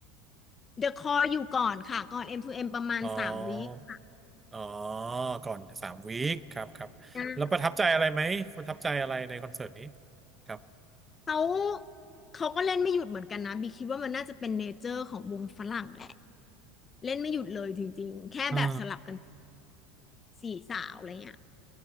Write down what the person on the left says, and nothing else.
เดอะคออยู่ก่อนค่ะก่อน M2M ประมาณสามวีค
ใช่
เขาเขาก็เล่นไม่หยุดเหมือนกันนะบีคิดว่ามันน่าจะเป็นเนเจอร์ของวงฝรั่งแหละ เล่นไม่หยุดเลยจริงๆ แค่แบบสลับกัน
สี่สาวอะไรเงี้ย